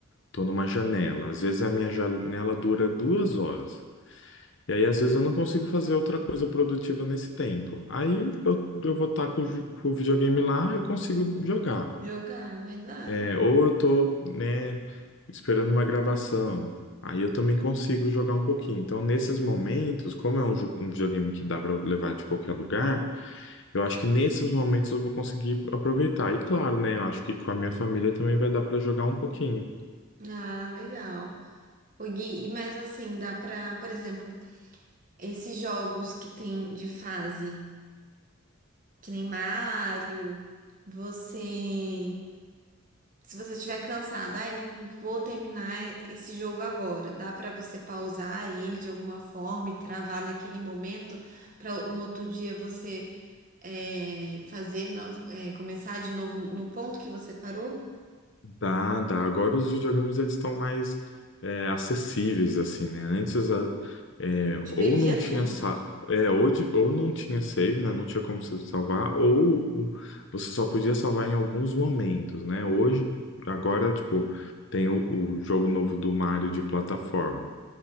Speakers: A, on the left; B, on the right.
A: Tô numa janela. Às vezes a minha janela dura duas horas. E aí, às vezes, eu não consigo fazer outra coisa produtiva nesse tempo. Aí eu, eu vou estar com, o ju- com o videogame lá e consigo jogar.
B: jogar, verdade.
A: É, ou eu tô, né, esperando uma gravação. Aí eu também consigo jogar um pouquinho. Então, nesses momentos, como é um, jo- um videogame que dá para levar de qualquer lugar, eu acho que nesses momentos eu vou conseguir aproveitar. E claro, né, eu acho que com a minha família também vai dar para jogar um pouquinho.
B: Ah, legal. O Gui, e- mas assim, dá pra, por exemplo, esses jogos que tem de fase. Que nem Mário. Você. Se você estiver cansado, ai, não vou terminar esse jogo agora. Dá pra você pausar ele de alguma forma e travar naquele momento para no outro dia você é, fazer, no- é, começar de novo no ponto que você parou?
A: Dá, dá. Agora os videogames eles estão mais é, acessíveis, assim, né? Antes a- é,
B: Te
A: ou
B: perdia
A: não tinha
B: tudo.
A: sa- é, ou, de- ou não tinha save, né? Não tinha como você salvar, ou o- você só podia salvar em alguns momentos, né? Hoje, agora, tipo, tem o, o jogo novo do Mario de plataforma.